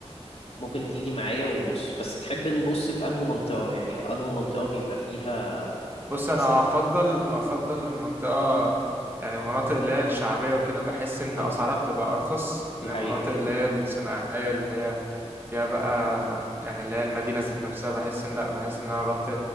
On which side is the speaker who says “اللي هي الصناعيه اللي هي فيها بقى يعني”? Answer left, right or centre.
Right